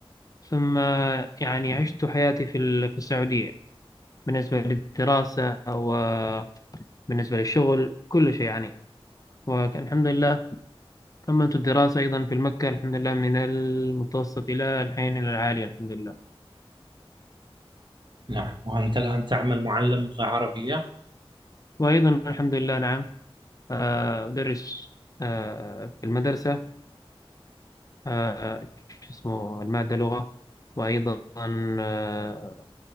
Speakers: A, on the left (about 35°); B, on the right (about 50°).
A: ثم يعني عشت حياتي في ال- في السعودية بالنسبة للدراسة وبالنسبة للشغل كل شيء يعني والحمد لله كملت الدراسة أيضا في المكة الحمد لله من المتوسط إلى الحين إلى العالي الحمد لله
B: نعم وأنت الآن تعمل معلم لغة عربية؟
A: وأيضا الحمد لله نعم آه، أدرس آه، في المدرسة آه، شو اسمه المادة لغة وأيضا آه،